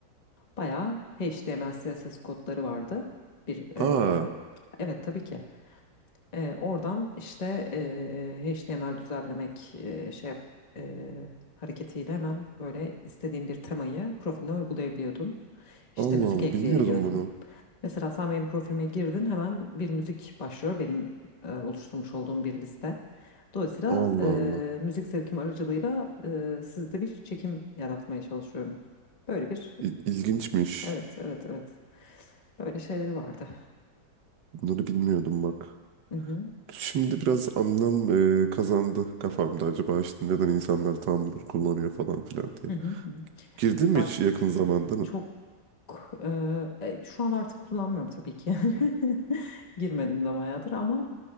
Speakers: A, on the left (about 30°); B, on the right (about 70°).
A: Bayağı HTML, CSS kodları vardı. Bir e,
B: Aa,
A: evet tabii ki. E, oradan işte e, HTML düzenlemek e, şey yap- e, hareketiyle hemen böyle istediğin bir temayı profiline uygulayabiliyordun. İşte
B: Allah
A: müzik
B: Allah
A: ekleyebiliyordun.
B: bilmiyordum bunu.
A: Mesela sen benim profilime girdin hemen bir müzik başlıyor benim e, oluşturmuş olduğum bir liste. Dolayısıyla
B: Allah
A: e,
B: Allah.
A: müzik zevkim aracılığıyla e, sizde bir çekim yaratmaya çalışıyorum. Böyle bir
B: İl- İlginçmiş.
A: evet evet evet böyle şeyleri vardı.
B: Bunları bilmiyordum bak.
A: Hı hı,
B: Şimdi biraz anlam eee, kazandı kafamda acaba işte neden insanlar Tumblr kullanıyor falan filan diye.
A: hı hı, hı.
B: Girdin mi
A: Bak
B: hiç yakın zamanda?
A: Çok eee, e, şu an artık kullanmıyorum tabii ki. <laughs> Girmedim de bayağıdır ama